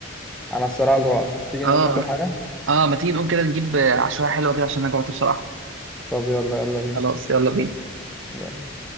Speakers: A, in the centre; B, on the right.
A: أنا الصراحة جوعت تيجي
B: اه
A: نقوم ناكل حاجة؟
B: اه ما تيجي نقوم كده نجيب عشوائيه حلوه كده عشان انا جوعت بصراحه
A: طب يلا يلا بينا
B: خلاص يلا بينا
A: يلا